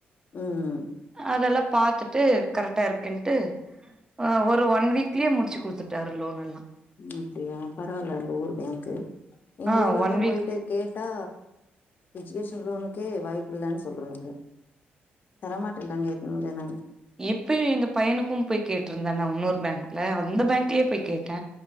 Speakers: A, on the left (about 50°); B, on the right (about 15°).
A: ம்
B: அதெல்லாம் பாத்துட்டு கரெக்ட்டா இருக் குன்ட்டு ஆ ஒரு ஒன் வீக்லேயே முடிச்சு குடுத்துட்டாரு லோன் எல்லாம்
A: அப்புடியா பரவால்ல உங்க ஊர் பேங்க் எங்க
B: ஆ
A: ஊர்லல்லாம்
B: ஒன் வீக்
A: போயிட்டு கேட்டா எஜுகேஷன் லோனுக்கே வாய்ப்பு இல்லன்னனு சொல்றங்க தரமாட்டேறாங்க இங்க நாங்க
B: இப்பயும் எங்க பையனுக்கும் போய் கேட்டிருந்தா நான் இன்னொரு பேங்க்ல அந்த பேங்க்லே போய் கேட்ட